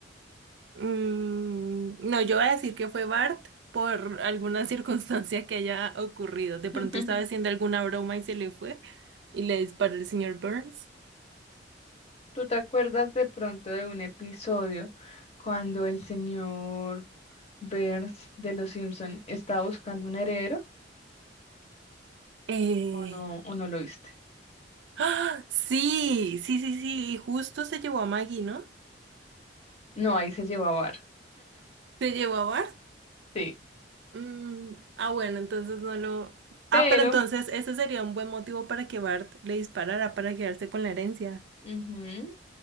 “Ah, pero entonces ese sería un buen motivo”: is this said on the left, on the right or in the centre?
Right